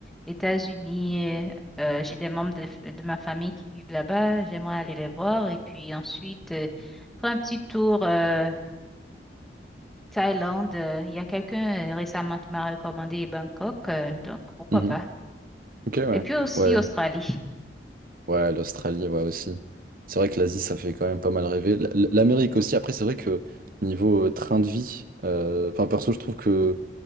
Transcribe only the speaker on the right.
Mhm.
Ok, ouais.
Ouais,
ouais, l'Australie, ouais, aussi. C'est vrai que l'Asie, ça fait quand même pas mal rêver. L- l- L'Amérique aussi, après, c'est vrai que niveau euh, train de vie, euh, enfin, perso, je trouve que